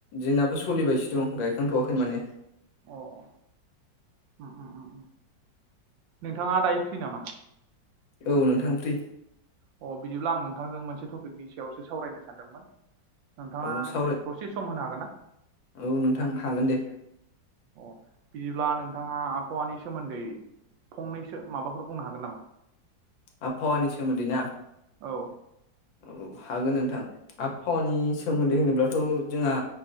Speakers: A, on the left (about 80°); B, on the right (about 80°).
A: जोंनाबो सलिबायसो दं गायखांथ'वाखै माने
B: अह उम उम नोंथाङा दायो फ्रि नामा
A: औ नोंथां फ्रि
B: अह बिदिब्ला आं नोंथांजों मोनसे टपिकनि सायावसो सावरायनो सानदोंमोन नोंथाङा
A: औ सावराय
B: दसे सम होनो हागोन ना
A: औ नोंथां हागोन दे
B: अह बिदिब्ला नोंथाङा आबहावानि सोमोन्दै फंनैसो माबाफोर बुंनो हागोन नामा
A: आबहावानि सोमोन्दै ना
B: औ
A: औ हागोन नोंथां आबहावानि सोमोन्दै होनोब्लाथ' जोंहा